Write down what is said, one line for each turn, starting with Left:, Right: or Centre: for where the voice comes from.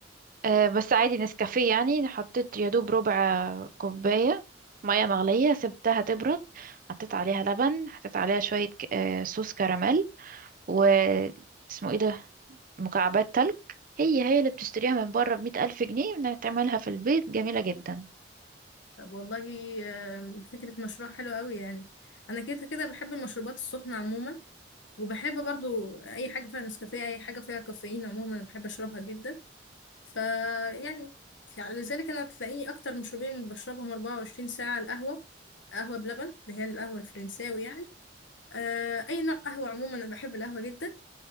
Right: آه، بس عادي نسكافيه يعني حطيت يا دوب ربع كوباية مية مغلية سبتها تبرد حطيت عليها لبن حطيت عليها شوية ك- آه، صوص كراميل و اسمه ايه ده مكعبات تلج هي هي اللي بتشتريها من بره بمية ألف جنيه انك تعملها في البيت جميلة جدا
Left: طب والله آم، فكره مشروع حلو قوي يعني انا كده كده بحب المشروبات السخنه عموما وبحب برضو اي حاجه فيها نسكافيه اي حاجه فيها كافيين عموما بحب اشربها جدا فيعني يعني يعني لذلك انا تلاقيني اكتر مشروبين اللي بشربهم 24 ساعه القهوه قهوه بلبن اللي هي القهوه الفرنساوي يعني آه اي نوع قهوه عموما انا بحب القهوه جدا